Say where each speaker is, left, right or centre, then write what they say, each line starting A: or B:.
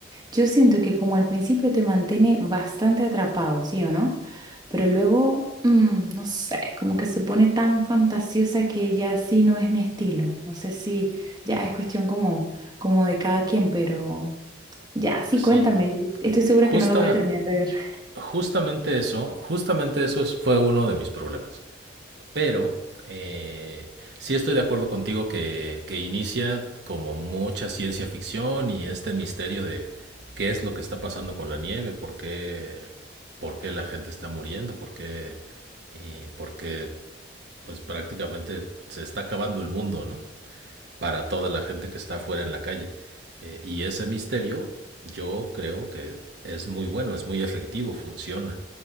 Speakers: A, on the right; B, on the right.
A: Yo siento que como al principio te mantiene bastante atrapado, ¿sí o no? Pero luego, mm, no sé, como que se pone tan fantasiosa que ya sí no es mi estilo. No sé si ya es cuestión como, como de cada quien, pero ya sí,
B: sí.
A: cuéntame. Estoy segura
B: Justa,
A: que no la voy a terminar de ver.
B: Justamente eso, justamente eso es- fue uno de mis problemas. Pero eh, sí estoy de acuerdo contigo que, que inicia como mucha ciencia ficción y este misterio de qué es lo que está pasando con la nieve, por qué, por qué la gente está muriendo, por qué, eh, por qué, pues prácticamente se está acabando el mundo, ¿no? para toda la gente que está afuera en la calle. Eh, y ese misterio yo creo que es muy bueno, es muy efectivo, funciona.